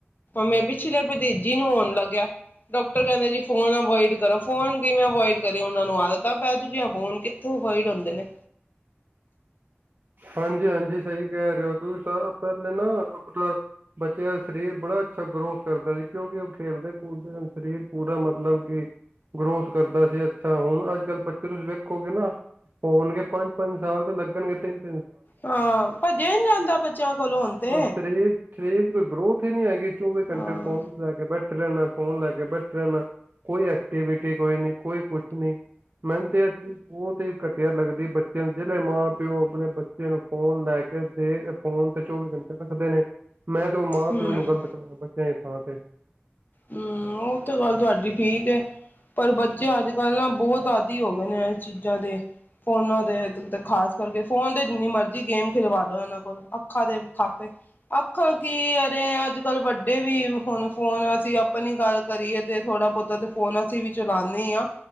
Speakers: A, on the left; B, on the right.
A: ਮੇ ਪਿਛਲੇ ਪਤੀਜੀ ਨੂੰ ਹੂੰਨ ਲੱਗਿਆ, ਡਾੱਕ ਕੈਂਦੇ ਜੀ ਫੋਨ ਅਵੋਇਡ ਕਰੋ, ਫੋਨ ਕਿਵੇਂ ਅਵੋਈਡ ਕਰਿਯੇ ਓੰਨਾਨੂੰ ਆਦਤ ਤਾਂ ਪੈ ਚੁਕਿਯਾ ਫੋਨ ਕਿੱਥੋਂ ਅਵੋਇਡ ਹੁੰਦੇ ਨੇ।
B: ਹਾਂਜੀ ਹਾਂਜੀ, ਸਈ ਕੈ ਰੇ ਓ ਤੁਸਾਂ ਪੈਲੇ ਨਾ ਅਪਨਾ ਬੱਚਿਆਂ ਸ਼ਰੀਰ ਬੜਾ ਅੱਛਾ ਗਰੋਥ ਕਰਦਾ ਸੀ ਕੇਉਂ ਕਿ ਓਹ ਖੇਲਦੇ ਕੂਦਦੇ ਸਨ, ਸ਼ਰੀਰ ਪੂਰਾ ਮਤਲਬ ਕਿ ਗਰੋਥ ਕਰਦਾ ਸੀ, ਅੱਛਾ ਹੁਣ ਅੱਜ-ਕੱਲ ਬੱਚੇ ਤੁਸੀਂ ਵੇਖੋਗੇ ਨਾ ਹੋਣਗੇ ਪੰਜ ਪੰਜ ਸਾਲ ਦੇ ਲੱਗਨਗੇ, ਤਿੰਨ
A: ਹਾਂ, ਪੱਜਿਆ ਨੀ ਜਾਂਦਾ ਬੱਚਿਆਂ ਕੋਲੋ ਹੁਨ ਤੇ।
B: ਔਰ ਸਰੀਰ ਸਰੀਰ ਚ ਕੋਈ ਗਰੋਥ ਹੀ ਨੀ ਹੈਗੀ। ਚੌਵੀ ਘੰਟੇ
A: ਹਾਂ
B: ਫੋਨਸ ਲੈ ਕੇ ਬੈਠ ਠੇ ਰੈਨਾ, ਫੋਨ ਲੈਕੇ ਬੈਠੇ ਰੈਨਾ, ਕੋਈ ਏਕਟੀਵਿਟੀ ਕੋਈ ਨੀ ਕੋਈ ਕੁਛ ਨਈ। ਮੈਨ ਤੇ ਐ ਚੀਜ ਬੌਤ ਈ ਘਟੀਆ ਲੱਗਦੀ ਬੱਚੇ ਨੂੰ ਜੇੜੇ ਮਾਂ ਪਿਓ ਅਪਨੇ ਬੱਚੇ ਨੂੰ ਫੋਨ ਲੈ ਕੇ ਦੇ ਫੋਨ ਤੇ ਚੌਵੀ ਘੰਟੇ ਰੱਖਦੇ ਨੇ ਮੈਂ ਤੇ ਓ ਮਾਂ
A: ਹੂੰ
B: ਪਿਓ ਨੂੰ ਗਲਤ ਕਵਾਂਗਾ। ਬੱਚਿਆਂ ਹਾਂ ਤੇ।
A: ਹੰਮ੍ਹ, ਓ ਤੇ ਗੱਲ ਤੋਆਡੀ ਠੀਕ ਐ। ਪਰ ਬੱਚੇ ਅੱਜ ਕੱਲ੍ਹ ਨਾ ਬੌਤ ਆਦੀ ਹੋ ਗਏ ਨੇ ਐ ਚੀਜਾਂ ਦੇ-ਫੋਨਾਂ ਦੇ, ਤੁਤੇ ਖਾਸ ਕਰਕੇ ਫੋਨ ਦੇ ਜਿੰਨੀ ਮਰਜੀ ਗੇਮ ਖਿਲਵਾ ਲੋ ਐਨਾਂ ਕੋਲ ਅੱਖਾਂ ਦੇ ਖਾਪੇ। ਅੱਖਾਂ ਕੀ, ਅਰੇ ਅੱਜ ਕੱਲ ਵੱਡੇ ਵੀ ਹੁਣ ਫੋਨ ਅਪਣੀ ਗੱਲ ਕਰੀਏ ਤੇ ਥੋੜ੍ਹਾ ਬੌਤਾ ਤੇ ਫੋਨ ਅਸੀਂ ਵੀ ਚਲਾਣੇ ਈ ਆਂ।